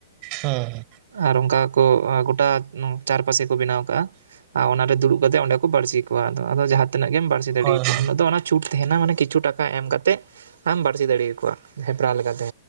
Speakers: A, on the right; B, on the right.
A: ᱦᱩᱸ
B: ᱟᱨ ᱚᱝᱠᱟ ᱠᱚ ᱜᱚᱴᱟ ᱱᱚ ᱪᱟᱨᱯᱟᱥᱮ ᱠᱚ ᱵᱮᱱᱟᱣ ᱠᱟᱜᱼᱟ ᱟᱨ ᱚᱱᱟᱨᱮ ᱫᱩᱲᱩᱜ ᱠᱟᱛᱮᱜ ᱚᱸᱰᱮ ᱠᱚ ᱵᱟᱹᱲᱥᱤ ᱠᱚᱣᱟ ᱟᱫᱚ ᱡᱟᱦᱟ ᱛᱤᱱᱟᱹᱜ ᱜᱮᱢ ᱵᱟᱹᱲᱥᱤ ᱫᱟᱲᱮᱭᱟ
A: ᱦᱳᱭ
B: ᱠᱳᱣᱟ
A: ᱦᱳᱭ
B: ᱩᱱᱟᱹᱜ ᱫᱚ ᱚᱱᱟ ᱪᱷᱩᱴ ᱛᱟᱦᱮᱸᱱᱟ, ᱢᱟᱱᱮ ᱠᱤᱪᱷᱩ ᱴᱟᱠᱟ ᱮᱢ ᱠᱟᱛᱮᱜ ᱟᱢ ᱵᱟᱹᱲᱥᱤ ᱫᱟᱲᱮᱭᱟᱠᱚᱣᱟ᱾ ᱦᱮᱯᱨᱟᱣ ᱞᱮᱠᱟᱛᱮ